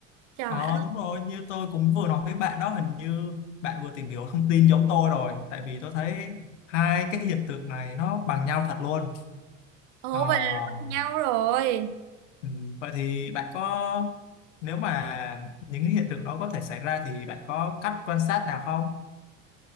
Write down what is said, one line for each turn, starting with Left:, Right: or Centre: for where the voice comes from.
Right: trời
Left: Ờ
Right: ơi
Left: đúng rồi, như tôi cũng vừa nói với bạn đó hình như bạn vừa tìm hiểu thông tin giống tôi rồi tại vì tôi thấy hai cái hiện tượng này nó bằng nhau thật luôn.
Right: ồ
Left: Ờ,
Right: vậy là nó bằng nhau rồi
Left: ừ, vậy thì bạn có nếu mà những cái hiện tượng nó có thể xảy ra thì bạn có cách quan sát nào không?